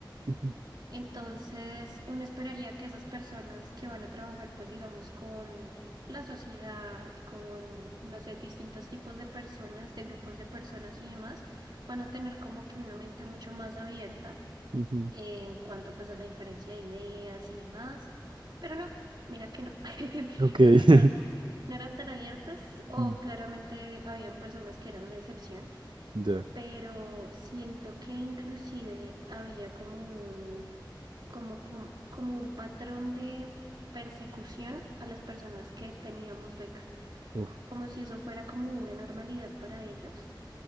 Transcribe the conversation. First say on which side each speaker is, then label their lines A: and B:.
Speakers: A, on the right; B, on the right.
A: ujú,
B: Entonces, uno esperaría que esas personas que van a trabajar, pues digamos, con la sociedad, con, no sé, distintos tipos de personas, de grupos de personas y demás, van a tener como que una mente mucho más abierta
A: ujú.
B: en cuanto pues a la diferencia de ideas y demás. Pero no, mira que no, <laughs>
A: Ok.
B: no
A: <laughs>
B: son tan, no eran tan abiertas o
A: Mm.
B: claramente habían personas que eran la excepción
A: Ya.
B: pero siento que inclusive había como un, como, como, como un patrón de persecución a las personas que teníamos beca,
A: Uf.
B: como si eso fuera como una normalidad para ellos.